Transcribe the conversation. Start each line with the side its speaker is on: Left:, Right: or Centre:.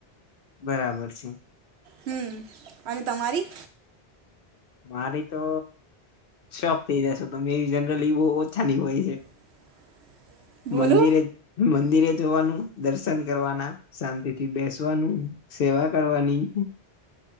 Left: બરાબર છે
Right: હમ અને તમારી
Left: મારી તો શોખ થઈ જશો તમે એવી જનરલી બહ ઓછાની હોય છે
Right: <inaudible> બોલો
Left: મંદિરે એ મંદિરે જોવાનું દર્શન કરવાના શાંતિ થી બેસવાનું સેવા કરવાની